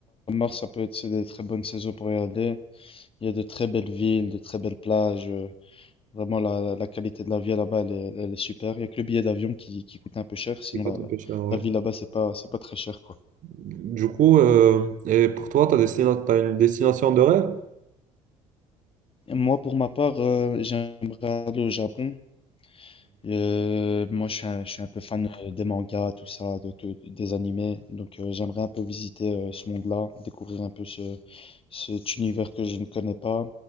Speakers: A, on the left; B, on the right.
A: à mars, ça peut être c'est des très bonnes saisons pour y aller. Il y a de très belles villes, de très belles plages. euh, Vraiment, la, la qualité de la vie là-bas, elle est, elle est super. Il y a que le billet d'avion qui, qui coûte un peu cher. Sinon,
B: il coûte
A: la, la
B: un peu cher, ouais.
A: la vie là-bas, c'est pas, c'est pas très cher, quoi.
B: Du coup, euh, et pour toi, tu as une destination de rêve?
A: Moi, pour ma part, euh, j'aimerais aller au Japon. Euh, moi, je suis un, je suis un peu fan euh, des mangas, tout ça, de, de- des animés. Donc, euh, j'aimerais un peu visiter euh, ce monde-là, découvrir un peu ce, cet univers que je ne connais pas.